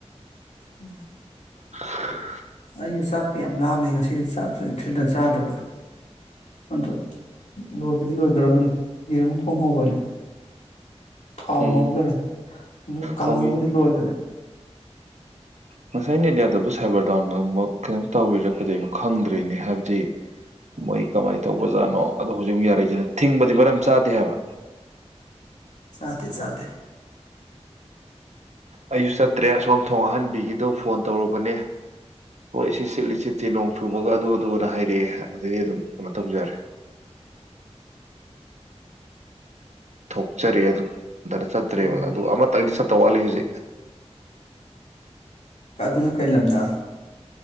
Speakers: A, on the left; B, on the right.
A: ꯎꯝ
B: <unintelligible>
A: ꯑꯩꯁꯨ ꯆꯥꯛꯇ ꯌꯥꯝ ꯂꯥꯝꯃꯦ ꯉꯁꯤꯁꯨ ꯆꯥꯛꯁꯨ ꯏꯟꯊꯨꯅ ꯆꯥꯗꯕ ꯑꯗꯣ ꯂꯣꯏꯕꯗꯤ ꯂꯣꯏꯗꯧꯕꯅꯤ ꯌꯦꯔꯨꯝ ꯊꯣꯡꯍꯧꯕꯅꯦ ꯊꯥꯎ
B: ꯎꯝ
A: ꯉꯈꯔꯦ ꯑꯗꯨ ꯀꯥꯡꯍꯧꯕꯗꯤ
B: ꯀꯥꯎꯕꯤꯅꯤ
A: ꯂꯣꯏꯈꯔꯦ
B: ꯉꯁꯥꯏꯅꯦꯗꯤꯌꯥꯕꯨ ꯁꯥꯏꯕꯔ ꯇꯥꯎꯟꯒꯨꯛ ꯀꯩꯅꯝ ꯇꯧꯔꯤꯔ ꯀꯗꯩꯅꯣ ꯈꯪꯗ꯭ꯔꯔꯤꯅꯦ ꯍꯥꯏꯕꯗꯤ ꯃꯣꯏ ꯀꯃꯥꯏꯅ ꯇꯧꯕꯖꯥꯠꯅꯣ ꯑꯗꯣ ꯍꯧꯖꯤꯛ ꯌꯥꯔꯤꯁꯤꯅꯦ ꯊꯤꯡꯕꯗꯤ ꯃꯔꯝ ꯆꯥꯗꯦ ꯍꯥꯏꯕ
A: ꯆꯥꯗꯦ ꯆꯥꯗꯦ
B: ꯑꯩꯁꯨ ꯆꯠꯇ꯭ꯔꯦ ꯑꯁꯣꯝ ꯊꯣꯡ ꯑꯍꯟꯕꯤꯒꯤꯗꯣ ꯐꯣꯟ ꯇꯧꯔꯨꯕꯅꯦ ꯍꯣꯏ ꯁꯤ ꯆꯤꯠꯂꯤ ꯆꯤꯠꯇꯤ ꯅꯣꯡ ꯆꯨꯕꯒ ꯑꯗꯨ ꯑꯗꯨꯅ ꯍꯥꯏꯔꯛꯑꯦ ꯑꯗꯨꯗꯤ ꯑꯗꯨꯝ ꯀꯩꯅꯣ ꯇꯧꯖꯔꯦ ꯊꯣꯛꯆꯔꯤ ꯑꯗꯨꯝ ꯅ ꯆꯠꯇ꯭ꯔꯦꯕ
A: ꯎꯝ
B: ꯑꯗꯨ ꯑꯃꯇꯪꯗꯤ ꯆ ꯇꯧꯋꯥꯠꯂꯤ ꯍꯧꯖꯤꯛ
A: ꯑꯗꯨꯅ ꯀꯩ ꯂꯝꯗ